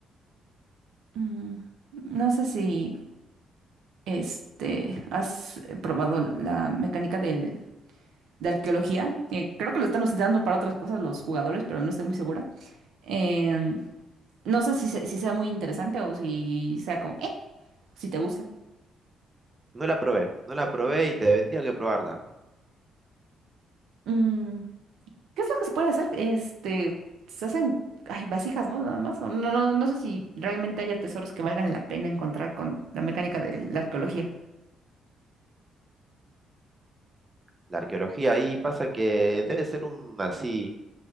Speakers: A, on the right; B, on the right.
A: Mm, no sé si este, has eh, probado la mecánica del, de arqueología. Eh, creo que lo están usando para otras cosas los jugadores, pero no estoy muy segura. Eh, no sé si, se- si sea muy interesante o si sea como, eh, si te gusta.
B: No la probé, no la probé y te vendría que probarla.
A: Mm, ¿Qué es lo que se puede hacer? Este, se hacen, ay, vasijas, ¿no? Nada más. o No, no, no sé si realmente haya tesoros que valgan la pena encontrar con la mecánica de la arqueología.
B: La arqueología ahí pasa que debe ser un así,